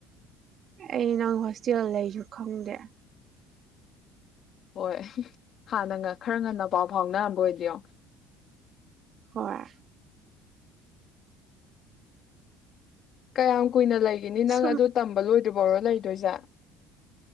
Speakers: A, on the right; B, on the left.
A: ꯑꯩ ꯅꯪ ꯍꯣꯁꯇꯦꯜ ꯂꯩꯁꯨ ꯈꯪꯗꯦ
B: ꯍꯣꯏ ꯍꯥ ꯅꯪꯒ ꯈꯔ ꯉꯟꯅ ꯄ ꯍꯥꯎꯅ ꯕꯣꯏꯗ
A: ꯍꯣꯏ
B: ꯀꯌꯥꯝ ꯀꯨꯏꯅ ꯂꯩꯦ ꯅꯤ ꯅꯪ
A: ꯁꯨꯝ
B: ꯑꯗꯨꯗꯣ ꯇꯝꯕ ꯂꯣꯏ ꯕꯣꯔꯣ ꯂꯩꯗꯣꯢꯖꯦ